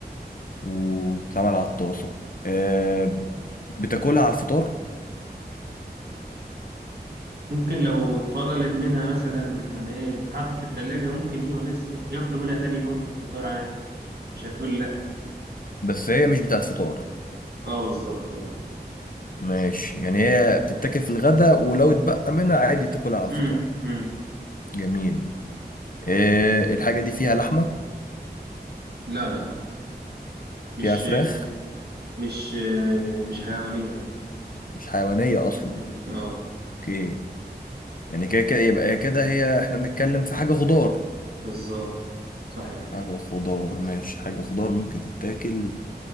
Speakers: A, on the left; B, on the right.
A: وبتتعمل على الطاسة آه بتاكلها على الفطار
B: ممكن لو اتفضلت منها مثلا يعني ايه اتحطت في التلاجة ممكن ايه وناس ياك- ياكلوا منها تاني يوم في الفطار عادي مش هتقول لا
A: بس هي مش بتاعت فطار
B: اه بالظبط
A: ماشي يعني هي بتتاكل في الغداء ولو اتبقى منها عادي تاكلها على
B: امم
A: الفطار
B: امم
A: جميل إيه الحاجة دي فيها لحمة
B: لا لا مش
A: فيها فراخ
B: مش مش حيوانية لا
A: مش حيوانية أصلا
B: أمم، اه
A: اوكي يعني كده كده يبقى كده هي احنا بنتكلم في حاجة خضار
B: بالظبط صح كده
A: حاجة خضار ماشي حاجة خضار ممكن تتاكل